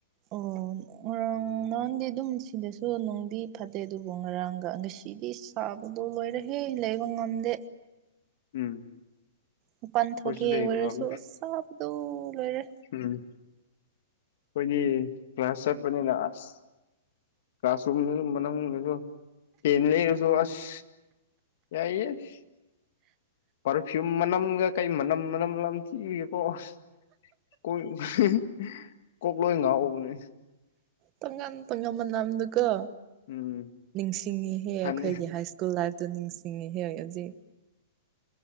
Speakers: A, on the right (about 25°); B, on the left (about 55°).
A: ꯑꯣ ꯉꯔꯥꯡ ꯎꯝ ꯅꯔꯥꯡꯗꯤ ꯑꯗꯨꯝ ꯁꯤꯗꯁꯨ ꯅꯣꯡꯗꯤ ꯐꯠꯇꯦ ꯑꯗꯨꯕꯨ ꯉꯔꯥꯡꯒ ꯉꯁꯤꯗꯤꯁ ꯑꯕꯗꯣ ꯂꯣꯏꯔꯒꯦ ꯂꯩꯕ ꯉꯝꯗꯦ
B: ꯎꯝ
A: ꯃꯄꯥꯟ
B: ꯑꯩꯈꯣꯏꯁꯨ
A: ꯊꯣꯛꯀꯦ
B: ꯂꯩꯕ꯭ꯔꯥ
A: ꯑꯣꯏꯔꯁꯨ
B: ꯎꯝ
A: ꯑꯁ ꯁꯥꯥꯕꯗꯣ ꯂꯣꯏꯔꯦ
B: ꯎꯝ ꯈꯣꯏꯗꯤ ꯀ꯭ꯂꯥꯁ ꯆꯠꯄꯅꯤꯅ ꯑꯁ ꯀ꯭ꯂꯥꯁꯔꯨꯝꯗꯁꯨ ꯃꯅꯨꯡꯗꯨꯁꯨ ꯐꯦꯟ ꯌꯩꯔꯁꯨ ꯑꯁ ꯌꯥꯏꯌꯦ ꯑꯁ ꯄꯔꯐ꯭ꯌꯨꯝ ꯃꯅꯝꯒ ꯀꯩ ꯃꯅꯝ ꯃꯅꯝ ꯂꯝꯊꯤꯕꯒꯤꯀꯣ ꯑꯁ ꯀꯣꯏ <unintelligible> ꯀꯣꯛ ꯂꯣꯏ ꯉꯥꯎꯕꯅꯦ
A: ꯇꯣꯉꯟ ꯇꯣꯉꯟ ꯃꯅꯝꯗꯨꯀꯣ
B: ꯎꯝ
A: ꯅꯤꯡꯁꯤꯡꯉꯤꯍꯦ ꯑꯩꯈꯣꯏꯒꯤ
B: ꯑꯍꯟ
A: ꯍꯥꯏ ꯁ꯭ꯀꯨꯜ ꯂꯥꯏꯐꯇꯣ ꯅꯤꯡꯁꯤꯡꯉꯤꯍꯦ ꯍꯧꯖꯤꯛ